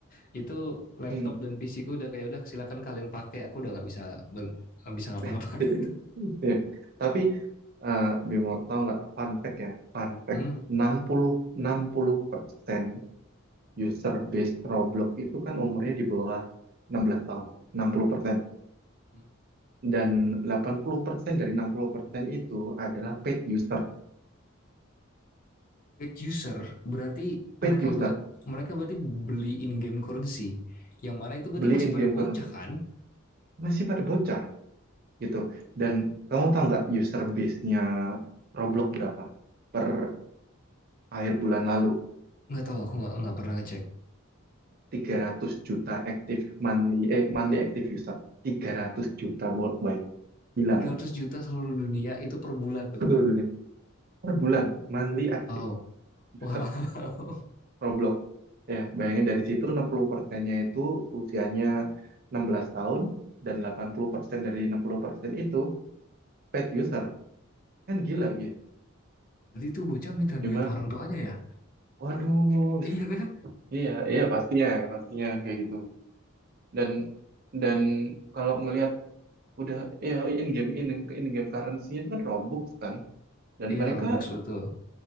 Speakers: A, on the left; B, on the right.
A: Itu laptop
B: Hmm.
A: dan PC ku udah kayak udah silakan kalian pakai, aku udah nggak bisa nggak bisa ngapa-ngapain.
B: <laughs> Ya. Tapi eh Bimo tau nggak fun fact ya? Fun fact
A: <laughs>
B: enam enam puluh enam puluh persen user base Roblox itu kan umurnya di bawah 16 tahun, enam puluh persen
A: Hmm.
B: Dan 80% dari 60% itu adalah paid user.
A: paid user berarti
B: paid
A: mereka
B: user
A: ba- mereka berarti beli in game currency yang mana itu berarti
B: beli
A: masih
B: in
A: pada
B: game
A: bocah
B: currency
A: kan
B: masih pada bocah gitu dan kamu tahu nggak user base-nya Roblox berapa per akhir bulan lalu
A: nggak tahu aku nggak nggak pernah ngecek
B: tiga ratus juta active monthly eh monthly active user 300 juta worldwide gila
A: 300
B: nggak
A: juta seluruh dunia itu per bulan tuh
B: seluruh dunia per bulan monthly active
A: wow wow
B: user
A: <laughs>
B: Roblox ya bayangin dari situ 60 persennya itu usianya enam belas tahun dan 80 persen dari 60 persen itu paid user kan gila gitu
A: berarti tuh bocah minta
B: gimana
A: duit orang tuanya ya
B: waduh
A: iya kan
B: Iya, iya pastinya, pastinya kan kayak gitu. Dan dan kalau ngelihat udah ya in game in, in game currency-nya itu kan Robux kan. Dan
A: iya
B: mereka
A: robux betul